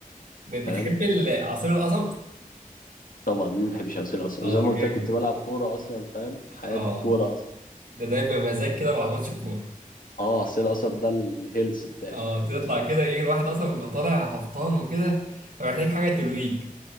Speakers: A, on the right (about 75°); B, on the left (about 70°).
A: ب- بتحب
B: فاهم
A: ال- عصير القصب
B: طبعا ما بحبش عصير القصب
A: اه
B: زي ما
A: جامد
B: قلت لك كنت بلعب كوره اصلا فاهم حياتي
A: اه
B: الكوره اصلا
A: ده ده بيبقى مزاج كده بعد ماتش الكوره
B: اه عصير القصب ده الهيلث بتاعي
A: اه تطلع كده يجي الواحد اصلا بيبقى طالع هبطان وكده فمحتاج حاجه ترويج